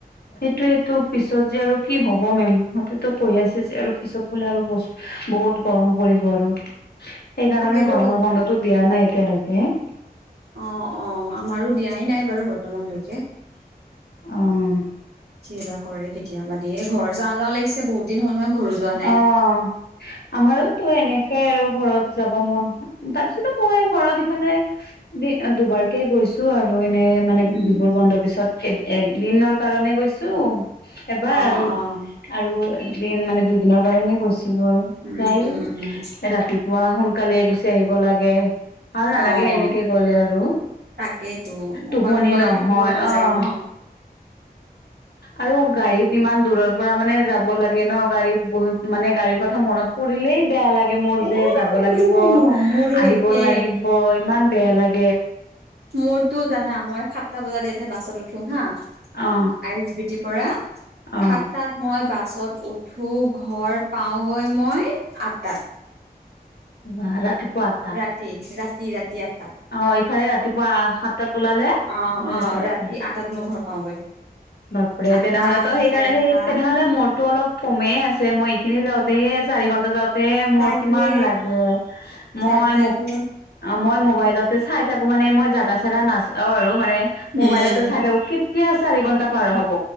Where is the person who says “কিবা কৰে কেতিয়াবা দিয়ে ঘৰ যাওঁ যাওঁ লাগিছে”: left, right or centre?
Right